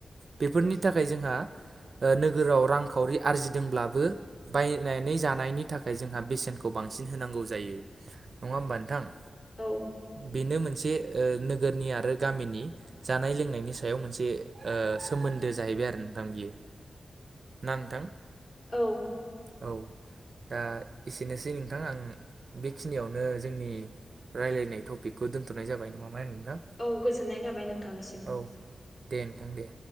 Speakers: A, on the right; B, on the left.
A: बेफोरनि
B: औ
A: थाखाय जोंहा ओ नोगोराव रांखावरि आरजिदोंब्लाबो बायनानै जानायनि थाखाय जोंहा बेसेनखौ बांसिन होनांगौ जायो। नङा होमबा नोंथां?
B: औ।
A: बेनो मोनसे ओ नोगोरनि आरो गामिनि जानाय लोंनायनि सायाव मोनसे ओ सोमोन्दो जाहैबाय आरो नोंथां बियो। ना नोंथां?
B: औ।
A: <unintelligible> औ। दा एसेनोसै नोंथां। आं बेखिनियावनो जोंनि रायलायनाय टपिकखौ दोनथ'नाय जाबाय नङा मा होनो नोंथां।
B: औ गोजोननाय थाबाय नोंथांनिसिम।
A: औ दे नोंथां दे।